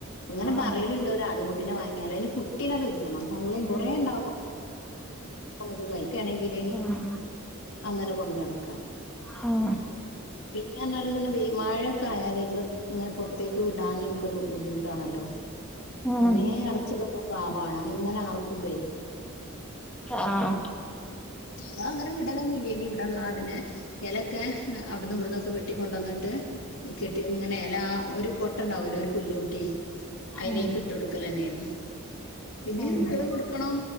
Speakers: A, on the left; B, in the centre.
A: ഇങ്ങനെ
B: ആഹ്
A: പറയലുണ്ട് ഒരാടുംകുട്ടിനെ വാങ്ങിയാലൊ അതിന് കുട്ടിനെക്കെ കിട്ടണം തള്ളയും
B: ഉം
A: കുറേണ്ടാവുമ്പോ നമുക്ക് കഴിക്കണെങ്കില്
B: ഉം
A: അങ്ങനെ കൊണ്ട നടക്കാം
B: ആഹ്
A: പിന്നെ എന്നാലും ഇങ്ങനെ വ മഴയൊക്കെ ആയാലൽ റ്റ ഇങ്ങനെ പുറത്തേക്ക് വിടാനും നമുക്കൊരു ബുദ്ധിമുട്ടാണല്ലോ
B: ഉം
A: തന്നെ അടച്ചിട്ടക്ക പാവമാണ് അങ്ങനെ ആർക്കുമ്പേ
B: ആഹ്
A: ഞങ്ങ അങ്ങനെ വിടലൊന്നുംല്ലനി ഇവിടെള്ളെ ആടിനെ ഇലക്കെ അവിട്ന്നും ഇവിടുന്നന്നൊക്കെ വെട്ടി കൊണ്ട് വന്നിട്ട് കെട്ടി ഇങ്ങനെല്ല ആ ഒരു കൊട്ട ഉണ്ടാവൂലോ ഒരു പുല്ല കുട്ടി ട്ടി അതിലേക്ക്
B: ഉം
A: ഇട്ട കൊടുക്കന്നെയാണ് പിന്നെ
B: ഉം
A: ഞാ വെള്ളം കൊടു ക്കണം